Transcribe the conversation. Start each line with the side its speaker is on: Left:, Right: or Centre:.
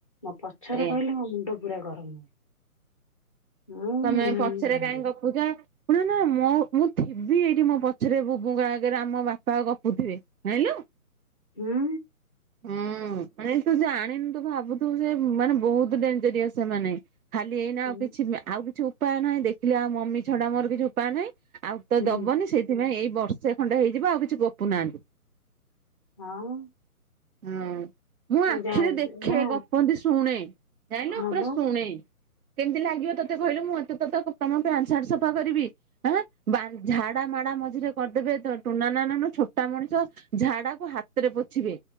Left: ମୋ ପଛରେ
Right: ସେଇଆ
Left: କହିଲେ ମୋ ମୁଣ୍ଡ ପୁରା ଗରମ ହୁଏ। ମୁଁ
Right: ତମେ
Left: ମୁହେଁ
Right: ପଛରେ
Left: ମୁହେଁ ଝଗଡେ
Right: କାଇହିଁ ଗପୁଚ ପୁଣି ନା ମ ମୁଁ ଥିବି ଏଇଠି ମୋ ପଛରେ ବୁବୁଙ୍କ ଆଗରେ ଆମ ବାପା ଗପୁଥିବେ। <unintelligible>
Left: ହୁଁ।
Right: ହୁଁ ମାନେ ତୁ ଜାଣିନୁ ତୁ ଭାବୁୁ ତୁ ସେ ମାନେ ବୋହୁତ ଡେଞ୍ଜରିୟସ୍ ସେମାନେ, ଖାଲି ଏଇନା
Left: ହୁଁ
Right: ଆଉ କିଛି ଆଉ କିଛି ଉପାୟ ନାହିଁ ଦେଖିଲେ ଆଉ ମମି ଛଡା ମୋର କିଛି ଉପାୟ ନାହିଁ। ଆଉ ତ
Left: ହୁଁ
Right: ଦବନି ସେଇ ସେଥିପାଇଁ ଏଇ ବର୍ଷେ ଖଣ୍ଡେ ହେଇଯିବ ଆଉ କିଛି ଗୋପୁ ନାହାନ୍ତି।
Left: ହଁ।
Right: ହୁଁ। ମୁଁ ଆଖିରେ
Left: ଯାହା
Right: ଦେଖେ
Left: ନା
Right: ଗପନ୍ତି ଶୁଣେ ଜାଇଲ
Left: ହଁ
Right: ପୁରା
Left: ବା
Right: ଶୁଣେ। କେମିତି ଲାଗିବ ତୋତେ କହିଲୁ ମୁଁ ଏତେ ତୋ ତମ ପ୍ୟାଣ୍ଟ ସାର୍ଟ ସଫା କରିବି ହଁ ବା ଝାଡା ମାଡା ମଝିରେ କରିଦେବେ ଟୁନ ନ ନନ ଛୋଟା ମଣିଷ ଝାଡା କ ହାତରେ ପୋଛିବେ